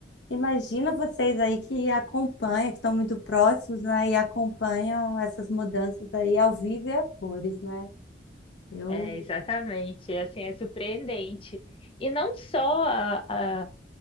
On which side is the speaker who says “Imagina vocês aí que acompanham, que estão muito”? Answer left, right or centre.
Left